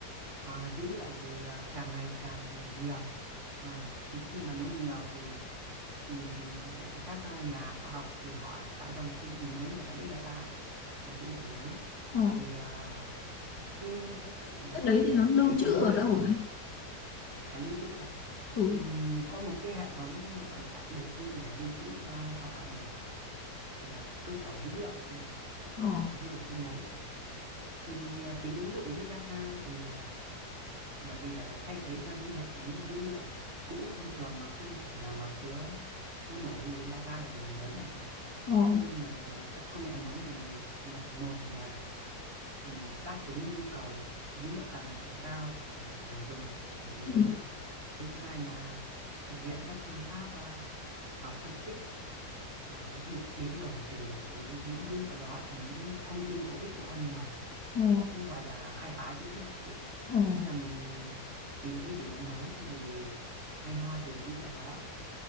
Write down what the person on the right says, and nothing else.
à, dữ liệu thì à, càng ngày càng nhiều và khi mà nó nhiều thì ừm, gọi là các à, nhà khoa học thì họ tạo ra một cái định nghĩa mới gọi là big data chị nhà dữ liệu lớn
thì à, cái nếu chị hỏi
về
cái tính
ứng
dụng
của nó
là lưu trữ à
Ừm, có một cái hệ thống mà gọi là đặc biệt riêng để lưu trữ cho họ là phải là cơ sở dữ liệu chị ạ
thì họ lưu ở trên đấy thì à, tính ứng dụng của Big Data thì à, bởi vì là để thay thế cho những hệ thống dữ liệu cũ thông thường mà không thể nào mà chứa chứa nổi vì data là ngày càng lớn mà chị
Thế nên là các công nghệ mới này một một là ừ, đáp ứng nhu cầu dữ liệu càng ngày càng cao của người dùng của thế
giới thứ hai là thực hiện các phương pháp ờ, ờ, phân tích ờ, bị- biến đổi chuyển đổi những dữ liệu đó thành những thông tin có ích cho con người
nó gọi là khai phá dữ liệu chị ạ
Nghĩa là mình tìm những cái gì đó mới cái gì hay ho từ dữ liệu đó